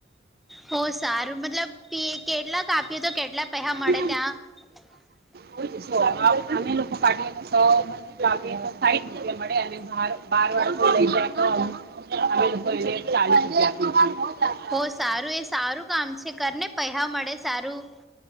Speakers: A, in the centre; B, on the right.
A: હો સારું મતલબ કેટલા કાપીએ તો કેટલા પૈહા મળે
B: અમે
A: ત્યાં. <inaudible>
B: હોય છે અમે લોકો કઢી તો સ મી સાઈઠ રૂપિયા મળે અને બાર વાર. લઈ જાય ચાલીસ રૂપિયા. છીએ
A: હો સારું એ સારું કામ છે કરને પેહા મળે સારું.